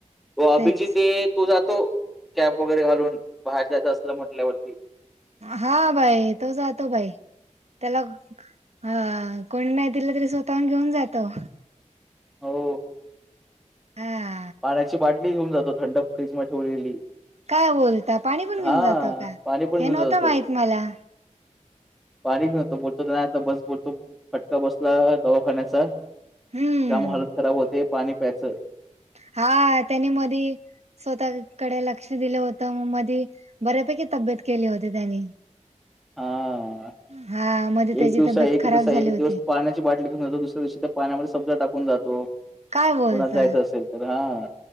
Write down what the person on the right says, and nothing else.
तेच
हा बाई तो जातो बाई त्याला ह कोणी नाही दिलं तरी स्वतःहून घेऊन जातो.
हम.
काय बोलता? पाणी पण
घेऊन जातो का?
हे
नव्हतं
माहित मला.
हम्म
हा त्यानी मध स्वतःकडे लक्ष दिलं होतं. मग मधी बऱ्यापैकी तब्येत केली होती त्यानी.
हा मध्ये त्याची
तब्येत
खराब
झाली
होती
काय बोलता